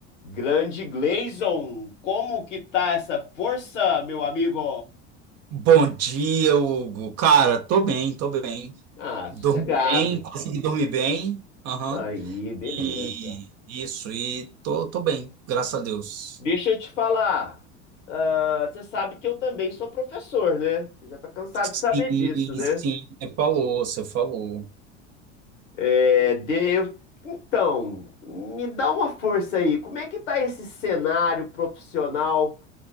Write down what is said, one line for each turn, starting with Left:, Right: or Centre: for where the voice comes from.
Left: Grande Gleison, como que tá essa força, meu amigo?
Right: Bom dia, Hugo. Cara, tô bem, tô bem.
Left: Ah,
Right: Dormi
Left: sossegado.
Right: bem, consegui dormir bem. Aham.
Left: Aí, beleza.
Right: E isso, e tô, tô bem, graças a Deus.
Left: Deixa eu te falar. ah, você sabe que eu também sou professor, né? Você já tá cansado
Right: Sim,
Left: de saber disso, né?
Right: sim, você falou, você falou.
Left: É, de- eu- Então, me dá uma força aí. Como é que tá esse cenário profissional